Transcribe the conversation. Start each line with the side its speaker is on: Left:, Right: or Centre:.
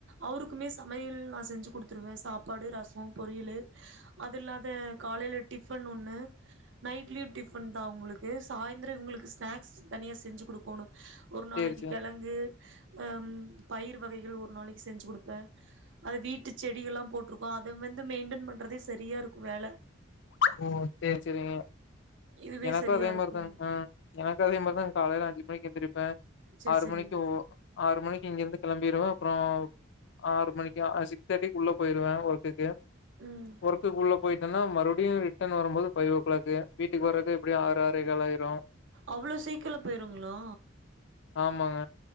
Right: அவருக்குமே சமையல் நா செஞ்சு குடுத்துருவ சாப்பாடு ரசோ பொரியலு அது இல்லாத காலைல டிஃபன் ஒன்னு நைட்லயு டிஃபன்தா அவுங்குளுக் கு சாய்ந்தரோ இவுங்குளுக்கு ஸ்நாக்ஸ் தனியா செஞ்சு குடுக்கணோ ஒரு நாளைக்கு
Left: சரி, சரி.
Right: கெழங்கு அம் பயிர் வகைகள் ஒரு நாளைக்கு செஞ்சு குடுப்ப அது வீட்டு செடிகலா போட்ருக்கோ அத வந்து மெயின்டென் பண்றதே செரியா இருக்கு வேல
Left: ஓ செரி சேரிங்க
Right: இதுவே
Left: எனக்கோ
Right: சரியா
Left: அதே
Right: இருக்கு
Left: மாதிரி தாங்க எனக்கோ அதே மாதிரி தாங்க காலைல அஞ்சு மணிக் எந்திரிப் ப
Right: சேர்
Left: ஆறு
Right: சேரிங்க
Left: மணிக்கு ஒ ஆறு மணிக்கு இங்கிருந்து கிளம்பிறுவே அப்புறோ ஆறு மணிக்கு அ சிக்ஸ் தேட்டிக்கு குள்ளே போயிருவ ஒர்க்குக்கு
Right: ம்
Left: ஒர்க்கக்குள்ள போயிட்டனா அப்படினு ரிட்டர்ன்ரும்போதுஃபைவ் ஓ கிளாக்கு வீக்கு வறது எப்படி ஆறு ஆறேகால் ஆயிரோ
Right: அவ்ளோ சீக்கிரோ போயிருங்களா
Left: ஆமாங்க